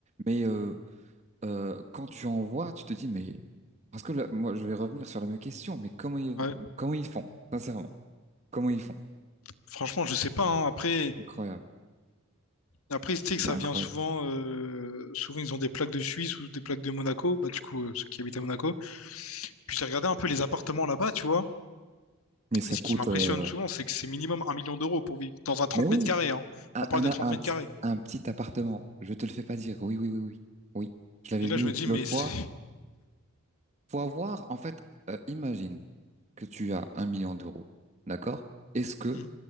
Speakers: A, on the right; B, on the left.
A: Mais euh, euh, quand tu en vois, tu te dis, mais... Parce que là, moi, je vais revenir sur la même question, mais comment ils,
B: Ouais.
A: comment ils font? Sincèrement, comment ils font?
B: Franchement, je sais pas. hein. Après,
A: Incroyable.
B: après, tu sais que
A: C'est
B: ça
A: incroyable.
B: vient souvent. euh, souvent, ils ont des plaques de Suisse ou des plaques de Monaco. Bah, du coup, euh, ceux qui habitent à Monaco. Puis j'ai regardé un peu les appartements là-bas, tu vois.
A: Mais ça
B: Et ce
A: coûte...
B: qui m'impressionne
A: euh,
B: souvent, c'est que c'est minimum un million d'euros pour vivre dans un trente
A: Mais oui,
B: mètres carrés. hein.
A: un,
B: On parle
A: un,
B: de 30
A: un
B: mètres
A: petit,
B: carrés.
A: un petit appartement, je te le fais pas dire. Oui, oui, oui, oui. Oui, je l'avais
B: Et là,
A: lu
B: je me dis,
A: l'autre
B: mais c'est-
A: fois. Faut avoir, en fait, euh, imagine que tu as un million d'euros, d'accord? Est-ce que
B: Mm.